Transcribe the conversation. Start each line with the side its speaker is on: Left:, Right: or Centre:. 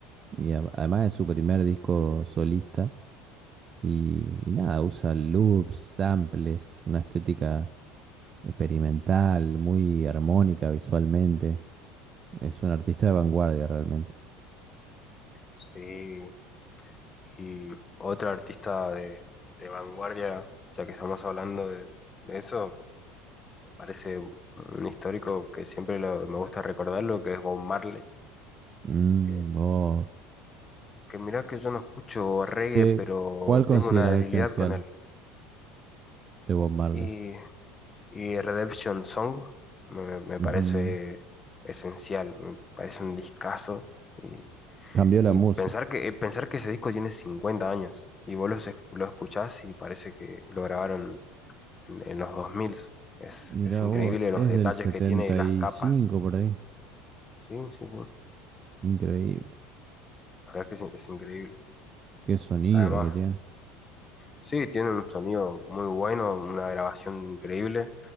Right: Y a- además es su primer disco solista. Y, y nada, usa loops, samples, una estética experimental, muy armónica visualmente. Es un artista de vanguardia realmente.
Left: Sí, y otra artista de, de vanguardia, ya que estamos hablando de, de eso, parece un histórico que siempre lo- me gusta recordarlo, que es Bob Marley,
Right: Mm,
Left: que,
Right: vos,
Left: que mirá que yo no escucho reggae,
Right: ¿qué-
Left: pero
Right: cuál consideras
Left: tengo una debilidad
Right: esencial
Left: con él.
Right: de Bob Marley?
Left: Y, y Redemption Song me, me me
Right: Ujú.
Left: parece esencial, me parece un discazo. Y,
Right: Cambió la
Left: y
Right: música.
Left: pensar que, eh, pensar que ese disco tiene 50 años y vos lo, lo escuchás y parece que lo grabaron en, en los 2000. Es,
Right: Mirá
Left: es increíble
Right: vos, es
Left: los detalles
Right: del setenta
Left: que tiene, las
Right: y
Left: capas.
Right: cinco por ahí.
Left: Sí, sí, sí.
Right: Increíble.
Left: La verdad es que es, es increíble.
Right: Qué sonido
Left: Además,
Right: que tiene.
Left: sí, tiene un sonido muy bueno, una grabación increíble.